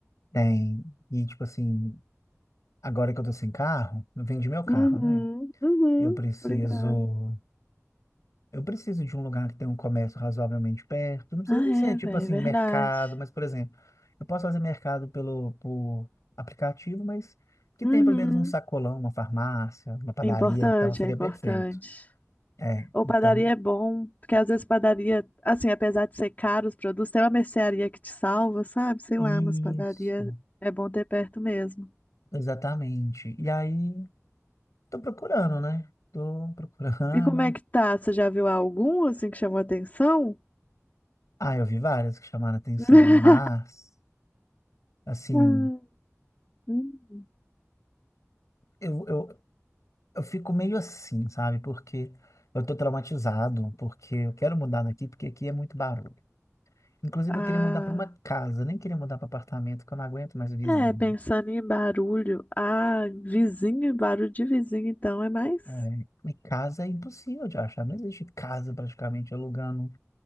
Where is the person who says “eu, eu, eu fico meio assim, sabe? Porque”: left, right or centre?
Left